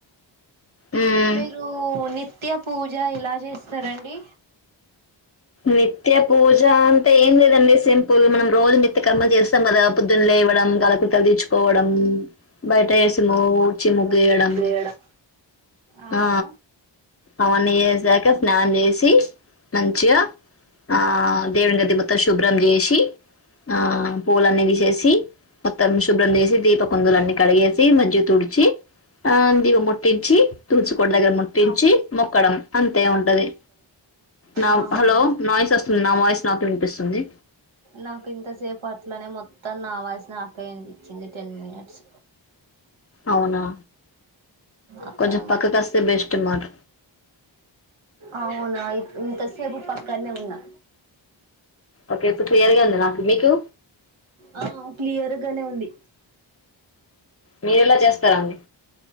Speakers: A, on the left (about 30°); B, on the right (about 90°).
A: మ్మ్.
B: మీరు నిత్య పూజ ఇలా చేస్తారండి
A: నిత్య పూజ అంటే ఏం లేదండి సింపుల్ మనం రోజు నిత్య కర్మలు చేస్తాం కదా పొద్దున లేవడం కలకకలు తీచ్చుకోవడం బయట వేసి
B: ఆ,
A: డ్చి ముగియడం
B: రోజు చేయడం అవును
A: ఆ అవన్ ఇసాక స్నాన్ చేసి మంచిగా ఆ దేవుని గది మొత్తం శుభ్రం చేసి ఆ పూలన్నదిసేసి మొత్తం శుభ్రం చేసి దీప కుందులన్నీ కడిగేసి మగా తుడిచి ఆ ద ముట్టించి తుడిచుకో దగ్గర ముట్టించి మొక్కడం అంతే ఉంటది నా
B: ఆహా
A: హలో వస్తుంది నా వాయిస్ నాకి వినిపిస్తుంది
B: నాకు ఇంతసేపు అట్లనే మొత్తం నా వసు నా అక్కయ అనిపించింది టెన్ మినిట్స్
A: అవునా
B: అట్లనే
A: కొంచెం
B: మాత్ర
A: పక్కకు వస్తే బెస్ట్ మాట
B: అవునాంతసపుప్ప కన వున్నా
A: ఓకే ఇప్పుడు క్లియర్ గా ఉంది నాకు మీకు
B: ఆ క్లియర్గానే ఉంది
A: మీరేలా చేస్తారడి